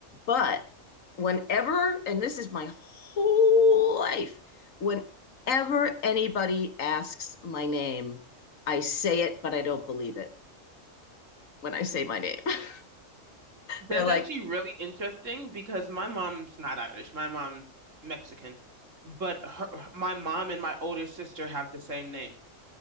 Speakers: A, on the left (about 90°); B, on the right (about 70°).
A: but whenever, and this is my whole life, whenever anybody asks my name, I say it, but I don't believe it when I say my name. <laughs>
B: That's
A: They're like,
B: actually really interesting because my mom's not Irish. My mom's Mexican, but her, her- my mom and my older sister have the same name.